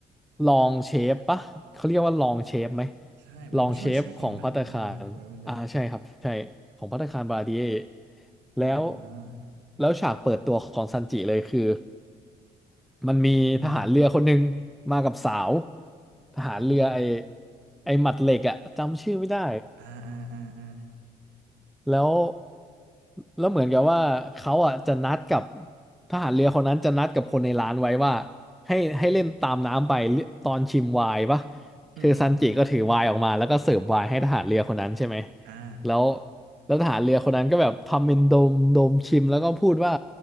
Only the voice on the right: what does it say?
ใช่เหมือนผู้ช่วยเชฟอะไรอย่างงี้ป่ะไม่รู้เหมือนกันผมไม่มั่นใจ
อ่า
อือฮึ
อ๋อ
อ่าอ่าอ่าอ่า
อือฮึอือฮึ
อ่า